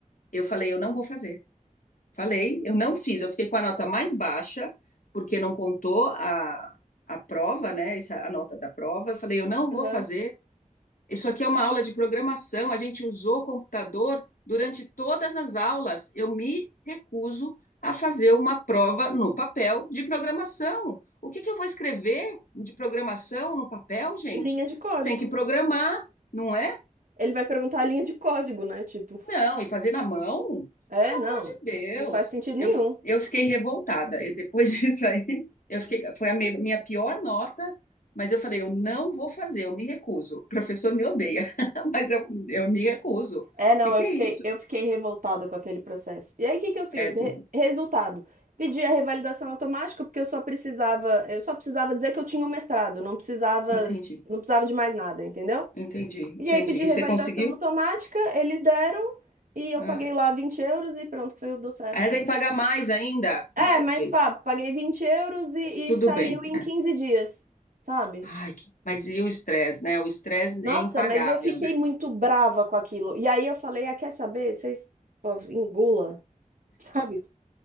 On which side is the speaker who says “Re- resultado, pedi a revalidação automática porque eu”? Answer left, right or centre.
Right